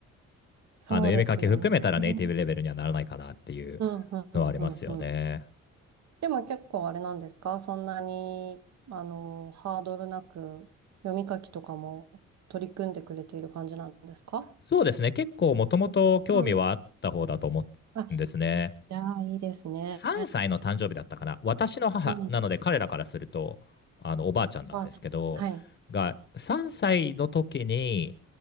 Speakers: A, on the right; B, on the left.
A: そうですよね。
B: あの、読み書き含めたらネイティブレベルにはならないかなっていう
A: うん、うん、うん、
B: のはありますよね。
A: うん。うんでも結構あれなんですかそんなに、あの、ハードルなく読み書きとかも取り組んでくれている感じなんですか
B: そうですね。結構もともと興味はあった方だと思うんですね。
A: うん。あ、いやー、いいですね。
B: 3歳の誕生日だったかな。私の母なので彼らからすると、
A: うん。
B: あの、おばあちゃんなんですけど、
A: パーティー。はい。
B: が、3歳の時に、